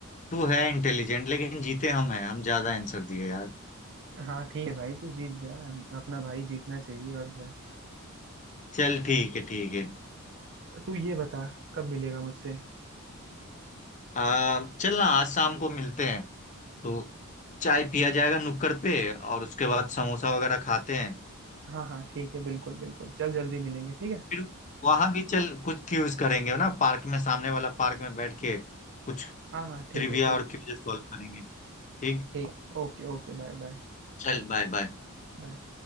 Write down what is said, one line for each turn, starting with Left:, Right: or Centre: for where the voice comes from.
Left: तू है इंटेलिजेंट लेकिन जीते हम हैं हम ज्यादा आंसर दिए यार
Right: हाँ ठीक है भाई तू जीत जा अपना भाई जीतना चाहिए और क्या
Left: चल ठीक है ठीक है
Right: तू ये बता कब मिलेगा मुझसे
Left: आ, चल ना आज शाम को मिलते हैं तो चाय पिया जाएगा नुक्कड़ पे और उसके बाद समोसा वगैरह खाते हैं
Right: हाँ हाँ ठीक है बिल्कुल बिल्कुल चल जल्दी मिलेंगे ठीक है
Left: फिर वहां भी चल कुछ क्यूज करेंगे ना पार्क में सामने वाला पार्क में बैठ के कुछ
Right: हाँ हाँ ठीक
Left: ट्रिविया
Right: है ठीक
Left: और
Right: है
Left: क्यूज सॉल्व करेंगे ठीक
Right: ठीक है Okay okay bye bye
Left: चल बाय बाय
Right: Bye